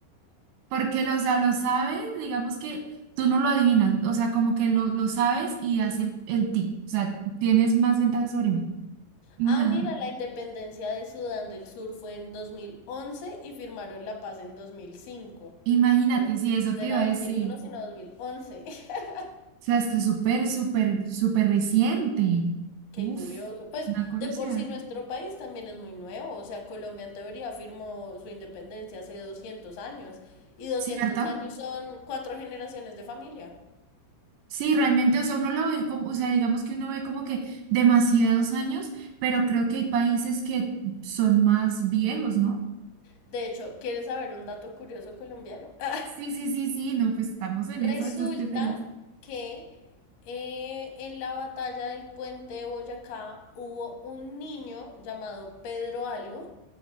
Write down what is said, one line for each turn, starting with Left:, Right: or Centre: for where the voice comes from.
Right: Porque, lo- o sea, lo sabes, digamos que tú no lo adivinas, o sea, como que lo, lo sabes y das el, el tip, o sea, tienes más ventaja sobre mí. <laughs>
Left: Ah, mira, la independencia de Sudán del Sur fue en 2011 y firmaron la paz en 2005.
Right: Imagínate,
Left: Bueno,
Right: si eso
Left: no
Right: te
Left: era
Right: iba a
Left: dos
Right: decir.
Left: mil uno sino 2011. <laughs>
Right: O sea, esto es súper, súper, súper reciente.
Left: Qué
Right: Uf,
Left: curioso. Pues
Right: una curiosidad.
Left: de por sí nuestro país también es muy nuevo. O sea, Colombia en teoría firmó su independencia hace 200 años. Y 200
Right: ¿Cierto?
Left: años son cuatro generaciones de familia.
Right: Sí, realmente, o sea, uno lo ve como, o sea, digamos que uno ve como que demasiados años, pero creo que hay países que son más viejos, ¿no?
Left: De hecho, ¿quieres saber un dato curioso colombiano? <laughs>
Right: Sí, sí, sí, sí, no, pues estamos en
Left: Resulta
Right: eso, yo estoy feliz.
Left: que eh, en la batalla del puente de Boyacá hubo un niño llamado Pedro Algo